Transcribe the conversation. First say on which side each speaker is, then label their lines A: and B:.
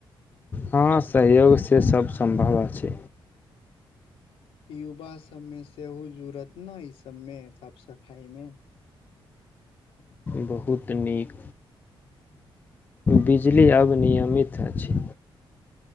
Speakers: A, on the left (about 20°); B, on the left (about 85°).
A: हँ सहयोगसँ सभ सम्भव अछि
B: युवा सभमे सेहो जूरत ने ई सबमे साफ सफाई मे
A: बहुत नीक बिजली अब नियमित अछि